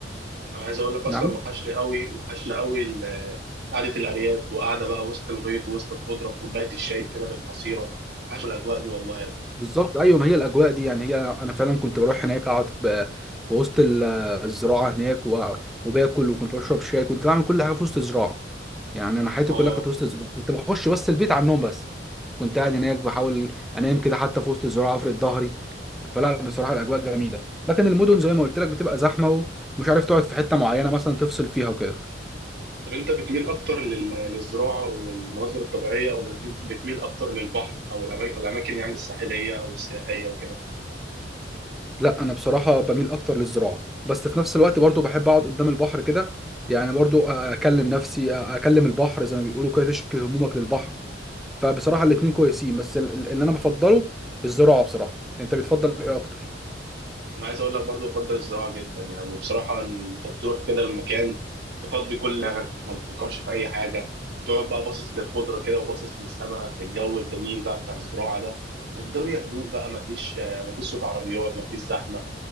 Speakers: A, on the right (about 65°); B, in the centre.
A: انا عايز اقول لك اصلا
B: نعم
A: وحشني قوي وحشني قوي ال- قعده الارياف وقعده بقى وسط الغيط وسط الخضره بكوبايه الشاي كده بالحصيره وحشني الاجواء دي والله يا ابني
B: بالظبط ايوه ما هي الاجواء دي يعني هي انا فعلا كنت بروح هناك اقعد ب- في وسط ال- الزراعه هناك و- وباكل وكنت بشرب شاي كنت بعمل كل حاجه في وسط الزراعه يعني انا حياتي
A: اه
B: كلها كانت وسط الزراعه كنت بخش بس البيت على النوم بس كنت قاعد هناك بحاول انام كده حتى في وسط الزراعه افرد ظهري فلا بصراحه الاجواء جميله لكن المدن زي ما قلت لك بتبقى زحمه ومش عارف تقعد في حته معينه مثلا تفصل فيها وكده
A: طب انت بتميل اكتر لل- للزراعه والمناظر الطبيعيه ولا بت- بتميل اكتر للبحر او الأما- الاماكن يعني الساحليه او السياحيه وكده
B: لا انا بصراحه بميل اكتر للزراعه بس في نفس الوقت برضو بحب اقعد قدام البحر كده يعني برضو اكلم نفسي اكلم البحر زي ما بيقولوا كده تشكي همومك للبحر فبصراحه الاتنين كويسين بس ال- ال- اللي انا بفضله الزراعه بصراحه انت بتفضل ايه اكتر
A: انا عايز اقول لك برضو بفضل الزراعه جدا يعني بصراحه انت بتروح كده المكان تفضي كل دماغك ما بتفكرش في اي حاجه بتقعد بقى باصص للخضره كده وباصص للسماء في الجو الجميل بقى بتاع الزراعه ده والدنيا هدوء بقى ما فيش ما فيش صوت عربيات ما فيش زحمه ما